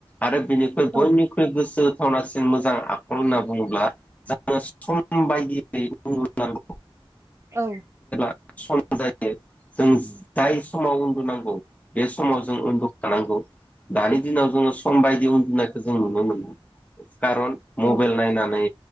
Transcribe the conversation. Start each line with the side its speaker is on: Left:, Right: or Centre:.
Left: आरो बेनिख्रुइ
Right: औ
Left: बयनिख्रुइ गोसो थावनासिन मोजां आखल होनना बुङोब्ला <unintelligible> जों सम बायदियै <unintelligible> नांगौ
Right: औ
Left: सम जायो जों जाय समाव उन्दुनांगौ बे समाव जों उन्दुखानांगौ दानि दिनाव जोङो सम बायदि उन्दुनायखौ जों नुनो मोन खारन मबाइल
Right: औ
Left: नायनानै